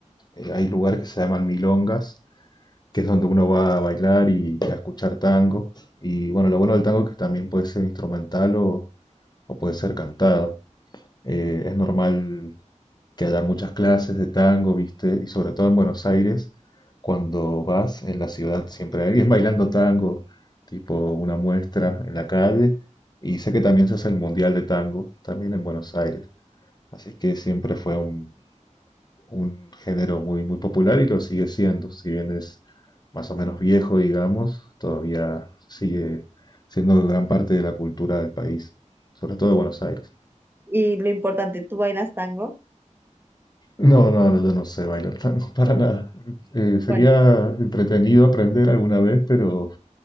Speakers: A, on the left; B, on the right.
A: Eh, hay lugares que se llaman milongas, que es donde uno va a bailar y a escuchar tango. Y bueno, lo bueno del tango es que también puede ser instrumental o, o puede ser cantado. Eh, es normal que haya muchas clases de tango, ¿viste? Y sobre todo en Buenos Aires, cuando vas en la ciudad siempre hay alguien bailando tango, tipo una muestra en la calle. Y sé que también se hace el Mundial de Tango, también en Buenos Aires. Así que siempre fue un, un género muy, muy popular y lo sigue siendo, si bien es más o menos viejo, digamos, todavía sigue siendo gran parte de la cultura del país, sobre todo de Buenos Aires.
B: Y lo importante, ¿tú bailas tango?
A: No, no, no, yo no sé bailar tango <laughs> para nada. Eh, sería
B: Bueno.
A: entretenido aprender alguna vez, pero,